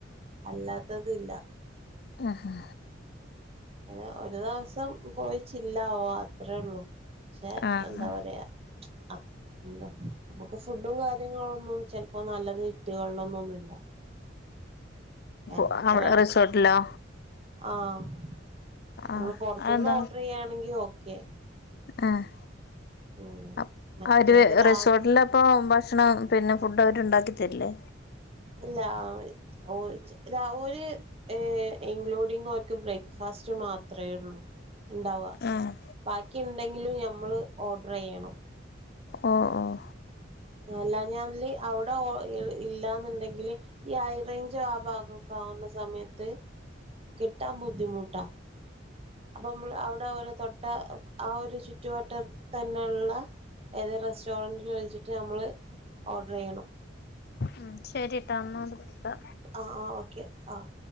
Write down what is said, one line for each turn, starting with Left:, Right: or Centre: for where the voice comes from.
Right: അല്ലാത്തത് ഇല്ല
Left: ആഹ് ഹാ
Right: ഇങ്ങനെ ഒരു ദിവസം പോയിച്ചില്ലാവാ അത്രേ ഒള്ളൂ പക്ഷെ
Left: ആഹ്
Right: എന്താ പറയാ <unintelligible> എന്താ നമ്മക്ക് ഫുഡും കാര്യങ്ങളൊന്നും ചെലപ്പോ നല്ലത് കിട്ടിയോളണന്നൊന്നുല്ല എത്ര
Left: ആഹ് അവിടെ റിസോർട്ടിലോ
Right: ആഹ് നമ്മള്
Left: ആഹ്
Right: പൊറത്ത്ന്ന്
Left: അതെന്താ
Right: ഓർഡർ ചെയ്യാണെങ്കി ഓക്കെ
Left: ആഹ്
Right: ഉം
Left: അപ്
Right: മറ്റേത്
Left: അവര്
Right: രാവി
Left: റിസോർട്ടിലപ്പോ ഭക്ഷണം പിന്നെ ഫുഡ് അവര് ഇണ്ടാക്കി തരില്ലേ
Right: ഇല്ല അവ ഓ ഓര് ഏഹ് ഇൻക്ലൂഡിങ് ഓര്ക്ക് ബ്രേക്ക്ഫാസ്റ്റ് മാത്രേ ഉള്ളൂ ഇണ്ടാവാ
Left: ആഹ്
Right: ബാക്കി ഇണ്ടെങ്കിലും ഞമ്മള് ഓർഡർ ചെയ്യണം
Left: ഓഹ് ഓഹ്
Right: അല്ലാഞ്ഞാല് അവിടെ ഓ ഇൽ ഇല്ലാന്നുണ്ടെങ്കില് ഈ ആയിറേഞ്ചോ ആ ഭാഗൊക്കെ ആവുന്ന സമയത്ത് കിട്ടാൻ ബുദ്ധിമുട്ടാ അപ്പൊ ഇമ്മള് അവിടെ ഓലെ തൊട്ട ആ ഒരു ചുറ്റുവട്ടത്തെന്നെള്ള ഏതെ റെസ്റ്റോറന്റിൽ വിളിച്ചിട്ട് നമ്മള് ഓർഡർ ചെയ്യണം
Left: ഉം ശരിട്ടാ <unintelligible> വിളിക്കാ
Right: ആഹ് ആഹ് ഓക്കെ ആഹ്